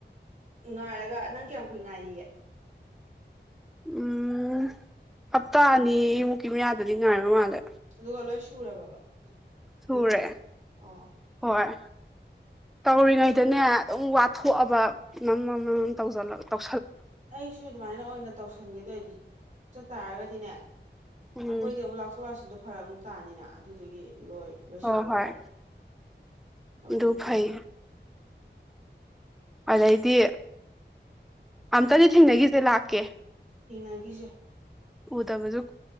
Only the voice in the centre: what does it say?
ꯎꯝ ꯍꯞꯇꯥ ꯑꯅꯤꯃꯨꯛꯀꯤ ꯃꯌꯥꯗꯗꯤ ꯉꯥꯏꯕ ꯃꯥꯜꯂꯦ
ꯁꯨꯔꯦ
ꯍꯣꯏ ꯇꯧꯔꯤꯉꯩꯗꯅꯦ ꯑꯗꯨꯝ ꯋꯥꯊꯣꯛꯑꯕ ꯃꯝ ꯃꯝ ꯇꯧꯖꯤꯜꯂꯕ ꯇꯧ
ꯎꯝ
ꯍꯣꯏ ꯍꯣꯏ
ꯑꯗꯨ
ꯐꯩ ꯑꯗꯩꯗꯤ ꯑꯝꯇꯗꯤ ꯊꯦꯡꯅꯒꯤꯖꯦ ꯂꯥꯛꯀꯦ
ꯎꯗꯕꯖꯨ